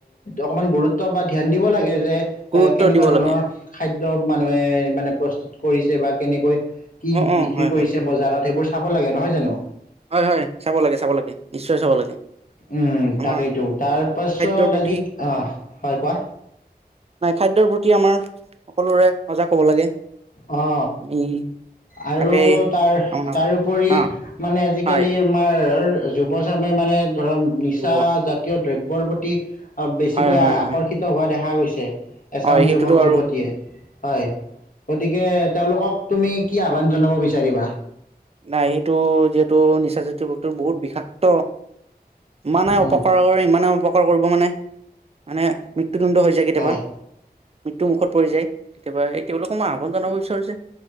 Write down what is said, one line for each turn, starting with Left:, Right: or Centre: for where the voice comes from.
Left: অকমান গুৰুত্ব বা ধ্যান দিব লাগে যে
Right: গুৰুত্ব
Left: কেনেকুৱা
Right: দিব
Left: ধৰণৰ
Right: লাগে।
Left: খাদ মানুহে মানে প্ৰস্তুত কৰিছে বা কেনেকৈ কি
Right: অ', অ',
Left: বিক্ৰী
Right: হয়,
Left: কৰিছে
Right: হয়।
Left: বজাৰত সেইবোৰ চাব লাগে নহয় জানো
Right: হয় হয় চাব লাগে চাব লাগে নিশ্চয় চাব লাগে।
Left: উম
Right: আমাৰ
Left: তাকেইটো তাৰ পাছত
Right: খাদ্যৰ প্ৰতি
Left: আজি আহ হয় কোৱা
Right: নাই খাদ্যৰ প্ৰতি আমাৰ সকলোৰে সজাগ হব লাগে
Left: অ
Right: আমি
Left: আৰু
Right: তাকেই
Left: তাৰ
Right: কামনা
Left: তাৰপৰি
Right: কৰোঁ। হা।
Left: মানে আজিকালি
Right: হয়,
Left: আমাৰ যুৱচামে মানে ধৰম নিচা
Right: ৰুব।
Left: জাতীয় দ্ৰব্যৰ প্ৰতি অ বেছিকৈ
Right: হয়, হয়,
Left: আকৰ্ষিত
Right: হয়,
Left: হোৱা দেখা গৈছে যে এচাম
Right: হয়, সেইটোতো
Left: যুৱক যুৱতীয়ে
Right: আৰু
Left: হয় গতিকে তেওঁলোকক তুমি কি আহ্বান জনাব বিচাৰিবা
Right: নাই সেইটো যিহেতু নিচাজাতীয় বস্তু বহুত বিষাক্ত। ইমানে অপকাৰ
Left: উম,
Right: কৰে ইমানে অপকাৰ কৰ মানে মানে মৃত্যুদণ্ড হৈ যায় কেতিয়াবা
Left: হয়
Right: মৃত্যু মুখত পৰি যায় কেতিয়াবা তেওঁলোকক মই আহ্বান জনাব বিচাৰো যে